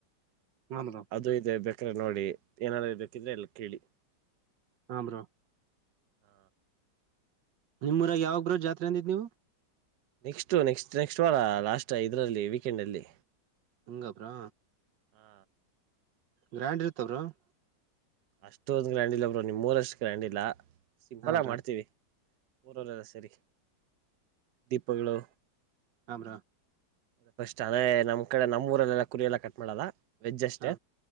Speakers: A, on the right; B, on the right.
A: ಹಾ ಬ್ರೋ
B: ಅದು ಇದೆ ಬೇಕ್ರೆ ನೋಡಿ ಏನಾದ್ೂ ಬೇಕಿದ್ರೆ ಎಲ್ಲಿ ಕೇಳಿ.
A: ಹಾಂ ಬ್ರೋ
B: ಹಾ
A: ನಿಮ್ಮೂರಾಗ ಯಾವಾಗ ಬ್ರೋ ಜಾತ್ರೆ ಅಂದಿದ್ ನೀವು
B: ನೆಕ್ಸ್ಟು ನೆಕ್ಸ್ಟ ನೆಕ್ಸ್ಟ ವಾರ ಲಾಸ್ಟ್ ಇದರಲ್ಲಿ ವೀಕೆಂಡಲ್ಲಿ
A: ಹಂಗೆ ಬ್ರೋ
B: ಹಾ
A: ಗ್ರ್ಯಾಂಡ್ ಇರ್ತವರು ಬ್ರೋ.
B: ಅಷ್ಟೊಂದು್ ಗ್ರ್ಯಾಂಡ್ ಇಲ್ಲಬ್ರು ನಿಮೂರ್ಷ್ಟು ಗ್ರ್ಯಾಂಡ್ ಇಲ್ಲ ಸಿಂಪಲ್
A: ಹಾ
B: ಆಗಿ
A: ಬ್ರೋ
B: ಮಾಡ್ತೀವಿ. ಹೌದಲ್ಲ ಸರಿ ದೀಪಗಳು.
A: ಹಮ್ರ.
B: ಫಸ್ಟ್ ಅದೇ ನಮ್ ಕಡೆ ನಮ್ಮ ಊರಲ್ಲೆಲ್ಲ ಕುರಿಯ ಎಲ್ಲ ಕಟ್ ಮಾಡಲ್ಲ. ವೆಜ್ ಅಷ್ಟೇ
A: ಹಾ